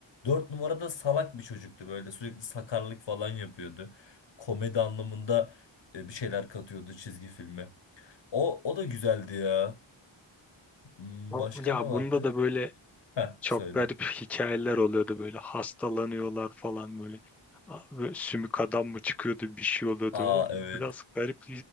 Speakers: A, on the left (about 60°); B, in the centre.
A: Dört numara da salak bir çocuktu. Böyle sürekli sakarlık falan yapıyordu. Komedi anlamında e, bir şeyler katıyordu çizgi filme. O, o da güzeldi ya. Hmm,
B: O-
A: Başka
B: Ya
A: ne vardı?
B: bunda da böyle
A: Heh
B: çok
A: söyle.
B: garip <laughs> hikayeler oluyordu böyle hastalanıyorlar falan böyle. A- böyle sümük adam mı çıkıyordu bir şey oluyordu.
A: Aa
B: O
A: evet.
B: biraz garip